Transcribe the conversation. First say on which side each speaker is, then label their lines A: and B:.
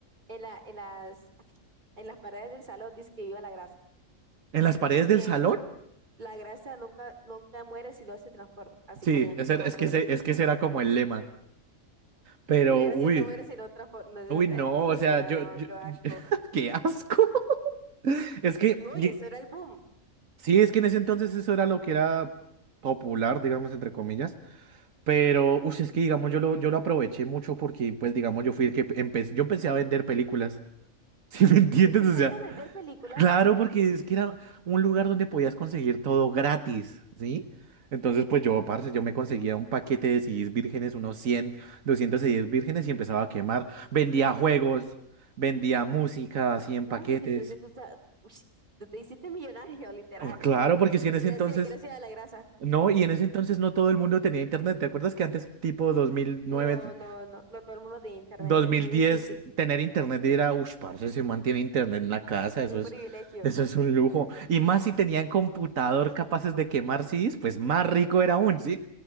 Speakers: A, on the right (about 35°); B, on the right (about 80°).
A: en la, en las, en las paredes del salón, dice que iba la grasa.
B: ¿en las paredes
A: Y que
B: del salón?
A: la grasa nunca, nunca muere, sino se transforma. Así
B: Sí,
A: ponían,
B: ese
A: yo
B: era-
A: me
B: es
A: acuerdo.
B: que ese,
A: <laughs>
B: es que ese era como el lema, pero
A: La grasa
B: uy,
A: no muere, sino transforma. No,
B: uy,
A: no, Ay,
B: no,
A: qué locura,
B: o sea, yo,
A: no,
B: yo-
A: qué asco.
B: yo- <laughs> qué asco. <laughs> Es que,
A: No,
B: ye-
A: y eso era el boom.
B: sí, es que en ese entonces eso era lo que era popular, digamos, entre comillas Pero, uy, es que digamos, yo lo, yo lo aproveché mucho porque, pues, digamos, yo fui el que empecé, yo empecé a vender películas, <laughs> ¿sí me entiendes?
A: Empezaste
B: O sea,
A: a vender películas.
B: claro, porque es que era un lugar donde podías conseguir todo gratis, ¿sí? Entonces, pues yo, parce, yo me conseguía un paquete de CDs vírgenes, unos 100, 200 CDs vírgenes y empezaba a quemar. Vendía juegos, vendía música, así en paquetes.
A: Uf, entonces tú, sa- ush, tú te hiciste millonario, <laughs> literal.
B: Oh, Claro, porque si en ese
A: Gracias,
B: entonces,
A: gracias a la grasa.
B: no, y en ese entonces no todo el mundo tenía internet. ¿Te acuerdas que antes, tipo dos mil nueve
A: No, no, no, no todo el mundo tiene internet,
B: 2010,
A: muy difícil,
B: tener internet y era, uff, parce, se mantiene internet en la casa, eso
A: un
B: es,
A: privilegio.
B: eso es un lujo. Y más si tenían computador capaces de quemar CDs, pues más rico era aún, ¿sí?